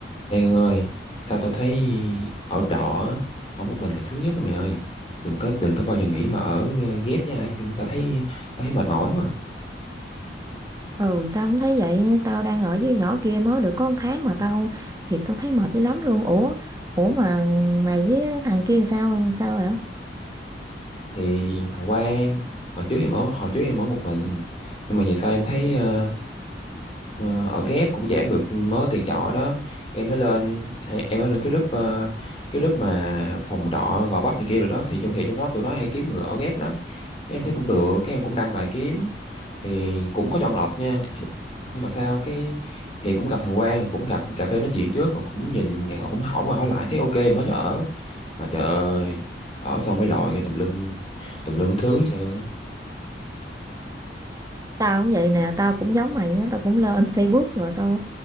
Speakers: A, on the left (about 35°); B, on the right (about 20°).
A: Ê Ngân ơi, sao tao thấy ở trọ á, ở một mình là sướng nhất á mày ơi. Đừng có đừng có bao giờ nghĩ mà ở ờ, ghép với ai chứ tao thấy tao thấy mệt mỏi quá.
B: Ừ, tao cũng thấy vậy, tao đang ở với nhỏ kia mới được có một tháng mà tao thiệt tao thấy mệt dữ lắm luôn. Ủa, ủa mà mày với thằng kia làm sao làm sao vậy?
A: Thì thằng Quang hồi trước em ở hồi trước em ở một mình nhưng mà giờ sao em thấy ờ, ờ, ở ghép cũng giảm được mớ tiền trọ đó. Em mới lên e, em mới lên cái group ờ, cái group mà phòng trọ Gò Vấp này kia rồi đó thì trong thì trong đó tụi nó hay kiếm người ở ghép lắm. Cái em thấy cũng được, cái em cũng đăng bài kiếm thì cũng có chọn lọc nha nhưng mà sao cái thì cũng gặp thằng Quang rồi cũng gặp cà phê nói chuyện trước còn cũng nhìn rồi cũng hỏi qua hỏi lại thấy ok mới cho ở mà trời ơi ở xong mới lòi cái tùm lum tùm lum thứ hết trơn á
B: Tao cũng vậy nè, tao cũng giống mày á, tao cũng lên <laughs> Facebook rồi tao